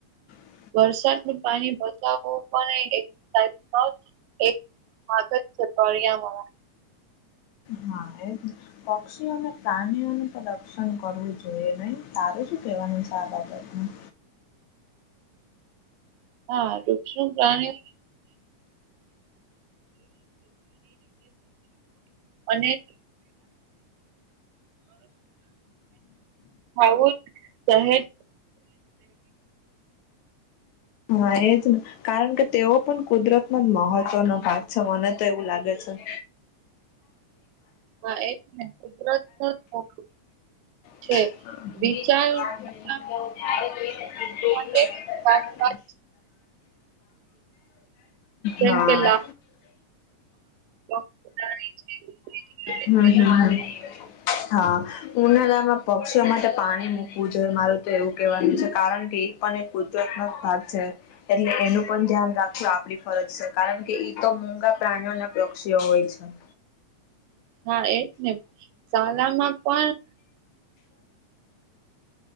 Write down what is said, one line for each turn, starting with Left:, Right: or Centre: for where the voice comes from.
Left: હ
Right: વરસાદનું પાણી બતાવ વુ પણ એ એક <unintelligible> એક આદત છે <unintelligible>
Left: હા એજ. પક્ષીઓ અને પ્રાણીઓને પણદશન કરવું જોઈએ નહી તારું શું કેહેવાનું છે આ બાબતમાં?
Right: હા વૃક્ષ, પ્રાણી <inaudible> અને <inaudible> અ હોવું <unintelligible>
Left: હા એજ ને કારણ કે તેઓ પણ કુદરતનો જ મહત્વનો ભાગ છે મને તો એવું લાગે છે. <inaudible>
Right: હા એ જ ને કુદરતનો ધોરણો છે
Left: <inaudible>
Right: વિચાર કરવા માટે સારી વાત જેમ
Left: હા.
Right: કે લાકડું, ઘૂંટણની છે, એ જરૂરી
Left: હમ્મ
Right: છે
Left: હમ્મ
Right: ને.
Left: હા. ઉનાળામાં પક્ષીઓ માટે પાણી મૂકવું જોઈએ મારું તો એવું કહેવાનું છે કારણ કે એ પણ એક કુદરતમાં ભાગ છે. એટલે એનું પણ ધ્યાન રાખજ આપડી ફરજ છે. કારણ કે ઈ તો મુગા પ્રાણીઓ અને પક્ષીઓ હોય છે.
Right: હા એજ ને શાલામાં પણ